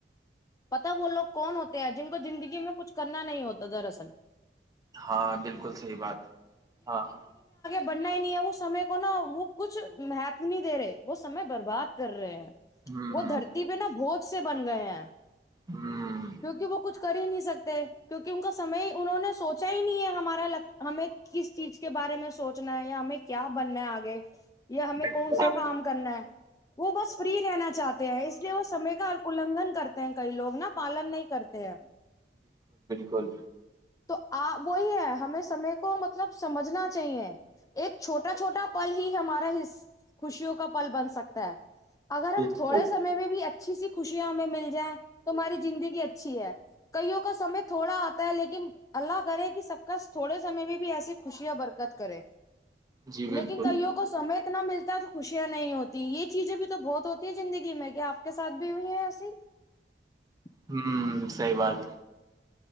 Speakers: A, on the left (about 20°); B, on the right (about 20°).
A: پتا وہ لوگ کون ہوتے ہیں جن کو زندگی میں کچھ کرنا نہیں ہوتا دراصل
B: ہاں بالکل صحی بات ہاں
A: بننا ہی نہیں ہے وہ سمے کو نا وہ کچھ مہتم نہیں دے رہے وہ سمے برباد کر رہے ہیں
B: ہوں
A: وہ دھرتی پہ نا بہت سے بن گئے ہیں
B: ہوں
A: کیونکہ وہ کچھ کر ہی نہیں سکتے کیونکہ ان کا سم انہوں نے سوچا ہی نہیں ہے ہمارا ل ہمیں کس چیز کے بارے میں سوچنا ہے یا ہمیں کیا بننا ہے آگے یا ہمیں
B: بالکل
A: کون سا کام کرنا ہے وہ بس فری رہنا چاہتے ہیں اس لیے وہ سمے کا النھن کرتے کئی لوگ نا پالن نہیں کرتے ہیں
B: توول
A: تو آ وہی ہے ہمیں سمے کو مطلب سمجھنا چاہیے ایک چھوٹا چھوٹا پل ہی ہمارا خوشیوں کا پل بن سکتا ہے اگر
B: بالکل
A: ہم تھوڑے سے میں بھی <unintelligible> اچھی سی خوشیاں ہمیں مل جائیں تو ہماری زندگی اچھی ہے کئیوں کا سمے تھوڑا آتا ہے لیکن اللہ کرے کہ سب کا تھوڑے سمے میں بھی ایسی خوشیاں برکت کرے
B: جی بالکل
A: لیکن کئیوں کو سمیت اتنا ملتا ہے تو خوشیاں نہیں ہوتی یہ چیزیں بھی تو بہت ہوتی ہے زندگی میں کیا آپ کے ساتھ بھی ہوئی ہیں ایسے <unintelligible>
B: ہوں سحی بات <unintelligible>